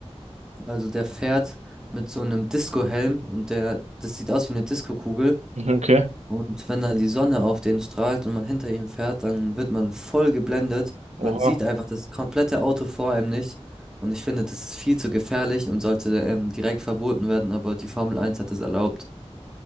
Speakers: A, in the centre; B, on the right.
A: Also der fährt mit so einem Disco-Helm und der, das sieht aus wie eine Disco-Kugel.
B: <laughs> okay.
A: Und wenn dann die Sonne auf den strahlt und man hinter ihm fährt, dann wird man voll geblendet.
B: Oha,
A: Man sieht einfach das komplette Auto vor einem nicht. Und ich finde, das ist viel zu gefährlich und sollte ähm, direkt verboten werden, aber die Formel Eins hat es erlaubt.